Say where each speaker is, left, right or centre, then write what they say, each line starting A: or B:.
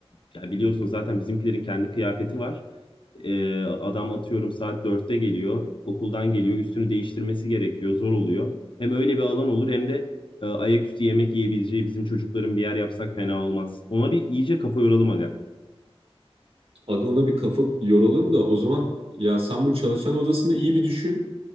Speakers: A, on the left; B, on the right.
A: ya biliyorsun zaten bizimkilerin kendi kıyafeti var. E, adam atıyorum saat dörtte geliyor, okuldan geliyor, üstünü değiştirmesi gerekiyor, zor oluyor. Hem öyle bir alan olur hem de e, ayaküstü yemek yiyebileceği bizim çocukların bir yer yapsak fena olmaz. Ona bir iyice kafa yoralım aga.
B: Aga ona bir kafa yoralım da o zaman ya sen bu çalışan odasını iyi bir düşün.